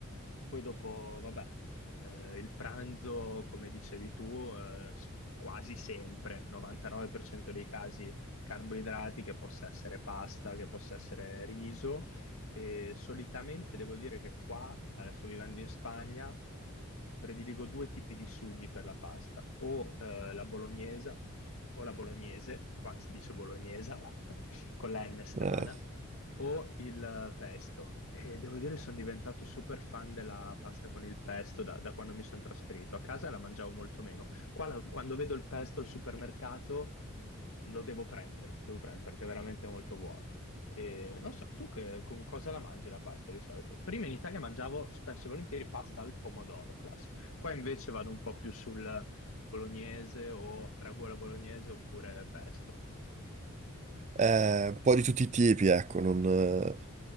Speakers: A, on the left (about 70°); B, on the right (about 30°).
A: Poi dopo, vabbè, eh, il pranzo, come dicevi tu, eh, s- quasi sempre, 99% dei casi, carboidrati, che possa essere pasta, che possa essere riso, e solitamente devo dire che qua, adesso vivendo in Spagna, prediligo due tipi di sughi per la pasta, o eh, la bolognesa o la bolognese, qua si dice bolognesa <laughs> con la N strana,
B: Eh.
A: o il pesto. E devo dire sono diventato super fan della pasta con il pesto da, da quando mi sono trasferito. A casa la mangiavo molto meno. Qua la- quando vedo il pesto al supermercato lo devo prendere, devo prendere perché è veramente molto buono. E non so, tu che- con cosa la mangi la pasta di solito? Prima in Italia mangiavo spesso e volentieri pasta al pomodoro, classico. Qua invece vado un po' più sul bolognese o ragù alla bolognese oppure pesto.
B: Eh, un po' di tutti i tipi, ecco, non, eh,